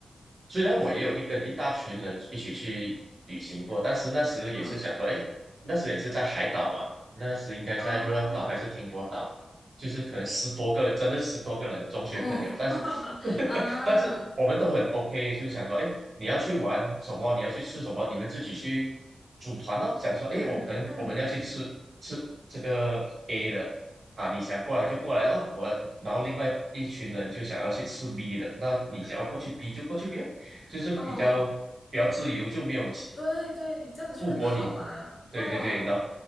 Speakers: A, on the right; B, on the left.
A: 虽然我也有一跟一大群人一起去旅行过，但是那时也是想说，
B: 嗯，
A: 哎，那时也是在海岛嘛，那时应该在热浪岛还是停泊岛，
B: 哦
A: 就是可能十多个人，真的十多个人中学朋友，
B: 哦
A: 但是
B: <laughs>
A: <laughs> 但是我们都很
B: 啊，
A: OK，就想说，哎。你要去玩什么，你要去吃什么，你们自己去组团咯。想说，哎，
B: 嗯嗯
A: 我可能我们要去吃吃这个 A 的啊，你想过来就过来咯。我然后另外一群人就想要去吃 B 的，那你想要过去 B 就过去 B 咯，就是比较比较自由，
B: 哦，
A: 就没有
B: 对对，这样子就很好啊，
A: 不驳你。对对对，
B: 哦。
A: 然后